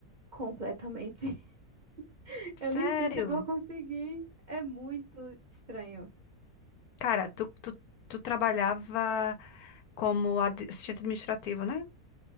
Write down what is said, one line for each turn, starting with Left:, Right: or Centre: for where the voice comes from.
Right: Completamente. <laughs>
Left: Sério?
Right: Eu nem sei se eu vou conseguir. É muito estranho.
Left: Cara, tu, tu, tu trabalhava como ad- assistente administrativo, né?